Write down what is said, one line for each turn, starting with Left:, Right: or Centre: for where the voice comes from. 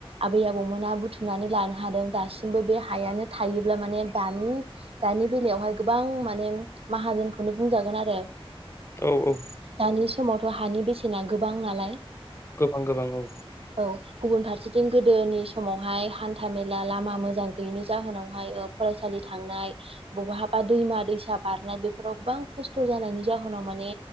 Right: आबै आबौमोना बुथुमनानै लानो हादों दासिमबो बे हायानो थायोब्ला माने दानि दानि बेलायावहाय गोबां माने माहाजोनखौनो बुंजागोन आरो।
Left: औ औ।
Right: दानि समावथ' हानि बेसेना गोबां नालाय।
Left: गोबां गोबां औ।
Right: औ गुबुन फारसेथिं गोदोनि समावहाय हान्था मेला लामा मोजां गैयैनि जाहोनावहाय ओ फरायसालि थांनाय बहाबा दैमा दैसा बारनाय बेफोराव गोबां खस्थ' जानायनि जाहोनाव माने